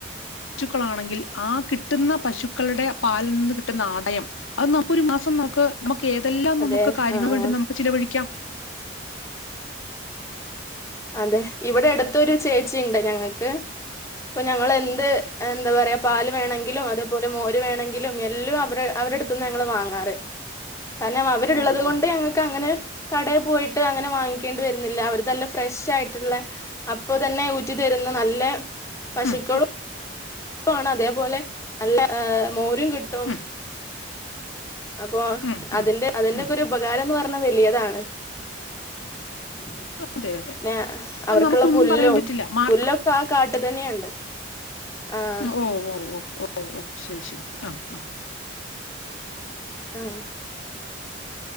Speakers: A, on the left (about 85°); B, on the left (about 15°).
A: പശുക്കളാണെങ്കിൽ ആ കിട്ടുന്ന പശുക്കളുടെ പാലിൽ നിന്ന് കിട്ടുന്ന ആദയം അത് നമുക്ക ഒരു മാസം നമുക്ക് ഏതെല്ലാം
B: അതെ
A: നമുക്ക് കാര്യങ്ങൾ
B: ആ
A: വേണ്ടി
B: ആ
A: നമുക്ക് ചിലവഴിക്കാം?
B: അതെ ഇവിടെ അടുത്തൊരു ചേച്ചി ഉണ്ട് ഞങ്ങക്ക് ഇപ്പൊ ഞങ്ങ എന്ത് എന്താ പറയാ പാല് വേണമെങ്കിലും അത് പോലെ മോര് വേണമെങ്കിലും എല്ലാം അവര് അവടെ അടുത്തുന്ന് ഞങ്ങള് വാങ്ങാറ്. കാരണം അവരുള്ളത്
A: ഓ ഓ
B: കൊണ്ട് ഞങ്ങൾക്ക് അങ്ങനെ കടയിൽ പോയിട്ട് അങ്ങനെ വാങ്ങിക്കേണ്ടി വരുന്നില്ല അവർതല്ല ഫ്രഷ് ആയിട്ടുള്ള അപ്പൊ തന്നെ ഊറ്റി തരുന്ന നല്ല പശുക്കളും
A: ഉം
B: ണ അതേപോലെ നല്ല മോരും കിട്ടും
A: ഉം
B: അപ്പൊ
A: ഉം
B: അതിറെ
A: ഉം
B: അതിന്റെ
A: ഉം
B: ഒക്കെ ഒരു ഉപകാരംന്ന് പറഞ്ഞ വലിയതാണ് <unintelligible>
A: അതെ അതെ
B: പിന്ന
A: അപ്പൊ
B: അവർക്കുള്ള
A: നമുക്കൊന്നും
B: പുല്ലും
A: പറയാൻ പറ്റില്ല മാർ
B: പുല്ലൊക്കെ ആ കാട്ടിൽ തന്നെയുണ്ട് ആഹ്
A: ഓ ഓ ഓ ഓ ഓ ശരി ശരി ആഹ ആ
B: ആഹ